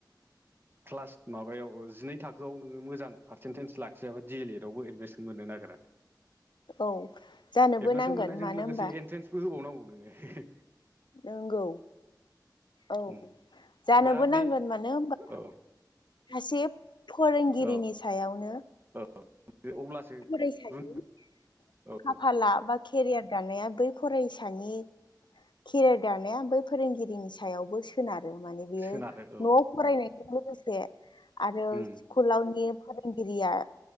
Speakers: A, on the right; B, on the left.
A: क्लास माबायाव जिनै थाखोआव नोङो मोजां पारसेन्टेज लाखियाबाडि एल एड आवबो एडमिसन मोननो नागिरा
B: औ जानोबो
A: एडमिसन
B: नांगोन
A: मोननायजों
B: मानो
A: लोगोसे
B: होनबा
A: एन्ट्रेन्सबो होबावनांगौ नोंङो
B: नंगौ औ
A: उम
B: जानोबो
A: दा
B: नांगोन
A: बे
B: मानो होनबा
A: औ
B: सासे फोरोंगिरिनि
A: औ
B: सायावनो
A: औ अब्लासो
B: <unintelligible>
A: गुन औ
B: खाफाला बा केरियार दानाया बै फरायसानि केरियार दानाया बै फोरोंगिरिनि सायावबो सोनारो माने बेयो
A: सोनारो औ
B: न'आव फरायनायजों
A: औ
B: लोगोसे आरो
A: उम
B: स्कुलावनि फोरोंगिरिया